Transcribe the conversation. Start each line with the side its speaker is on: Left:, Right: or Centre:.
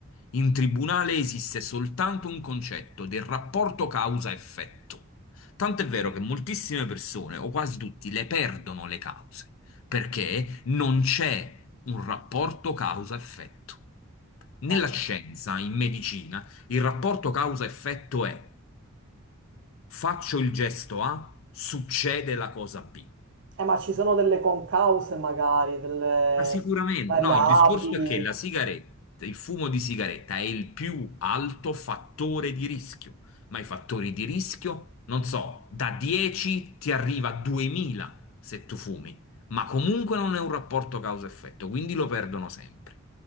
Left: In tribunale esiste soltanto un concetto del rapporto causa-effetto. Tanto è vero che moltissime persone, o quasi tutti, le perdono le cause, perché non c'è un rapporto causa-effetto. Nella
Right: Oh.
Left: scienza, in medicina, il rapporto causa-effetto è faccio il gesto A, succede la cosa B.
Right: Eh, ma ci sono delle concause magari, delle
Left: Ma sicuramente,
Right: variabili.
Left: no, il discorso è che la sigaretta, il fumo di sigaretta è il più alto fattore di rischio, ma i fattori di rischio, non so, da 10 ti arriva a 2000 se tu fumi, ma comunque non è un rapporto causa-effetto, quindi lo perdono sempre.